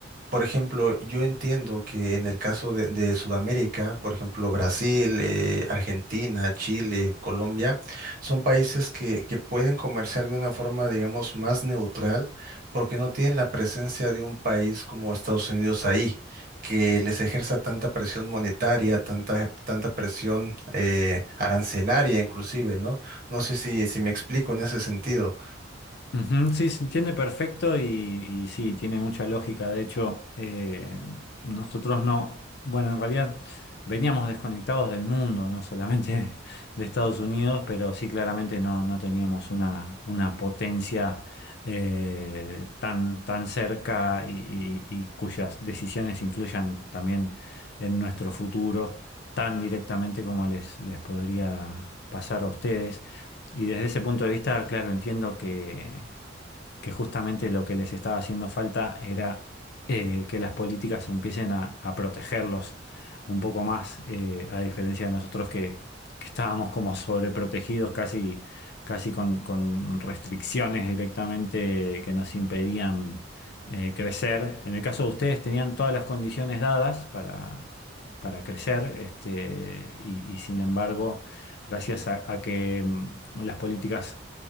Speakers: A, on the right; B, on the left.
A: por ejemplo, yo entiendo que en el caso de, de Sudamérica, por ejemplo, Brasil, eh, Argentina, Chile, Colombia, son países que, que pueden comerciar de una forma, digamos, más neutral, porque no tienen la presencia de un país como Estados Unidos ahí, que les ejerza tanta presión monetaria, tanta, tanta presión eh, arancelaria inclusive, ¿no? No sé si, si me explico en ese sentido.
B: Ujú, Sí, se entiende perfecto y, y sí, tiene mucha lógica. De hecho, eh, nosotros no, bueno, en realidad veníamos desconectados del mundo, no solamente <laughs> de Estados Unidos, pero sí claramente no, no teníamos una, una potencia eh, tan, tan cerca y, y- y cuyas decisiones influyan también en nuestro futuro tan directamente como les, les podría pasar a ustedes. Y desde ese punto de vista, claro, entiendo que que justamente lo que les estaba haciendo falta era eh, que las políticas empiecen a, a protegerlos un poco más, eh, a diferencia de nosotros que, que estábamos como sobreprotegidos, casi, casi con, con restricciones directamente que nos impedían eh, crecer. En el caso de ustedes tenían todas las condiciones dadas para... para crecer, este, y, y sin embargo, gracias a, a que mm, las políticas